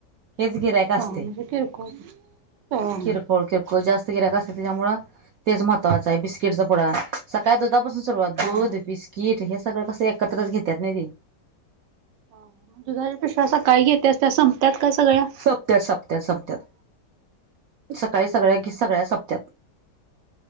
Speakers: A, on the right (about 65°); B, on the right (about 85°).
A: हेच गिरार्ईक असतंय
B: म्हणजे किरकोळ हा
A: किर कोळ किरकोळ जास्त गिराईक असतयं त्याज्यामुळं तेच महत्वाचं आहे बिस्किटचा पुडा सकाळी दुधापासून सुरुवात
B: हा
A: दूध बिस्किट हे सगळं कसं एकत्रच घेत्यात नाय ते
B: हा हा म दुधाच्या पिशव्या सकाळी घेत्यास त्या संपतात का सगळ्यां?
A: सपत्या, सपत्या, समंत्यात सकाळी सगळ्या की सगळ्या सपत्यात.